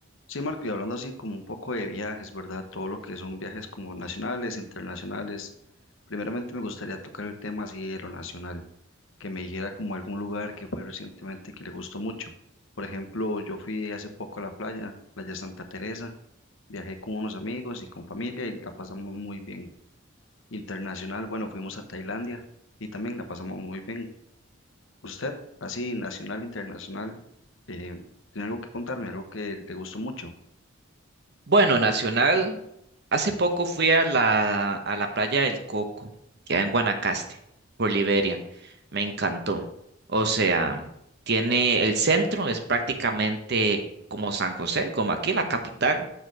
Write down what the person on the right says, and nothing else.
Bueno, Nacional, Hace poco fui a la, a la playa del Coco, que hay en Guanacaste, por Liberia. Me encantó. O sea, tiene el centro, es prácticamente como San José, como aquí la capital.